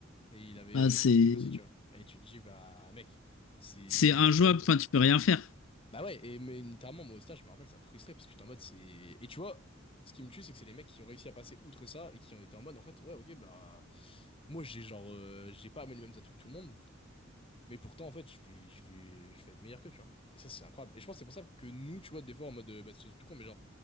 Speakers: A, on the left; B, on the left.
A: Et il avait
B: Ah, c'est
A: euh, 15 piges aussi, tu vois. Et tu te dis, bah, mec, c'est
B: c'est
A: c'est
B: injouable,
A: dur, tu vois.
B: enfin, tu peux rien faire.
A: Bah ouais, et mais notamment moi au stage, je me rappelle, ça me frustrait parce que j'étais en mode c'est. Et tu vois, ce qui me tue, c'est que c'est les mecs qui ont réussi à passer outre ça et qui ont été en mode en fait, ouais, ok, bah. Moi j'ai genre. euh, j'ai pas amené les mêmes atouts que tout le monde, mais pourtant en fait, je vais, je vais, je vais être meilleur que, tu vois. Et ça, c'est incroyable. Et je pense que c'est pour ça que nous, tu vois, des fois en mode. euh, Bah, c'est surtout con, mais genre,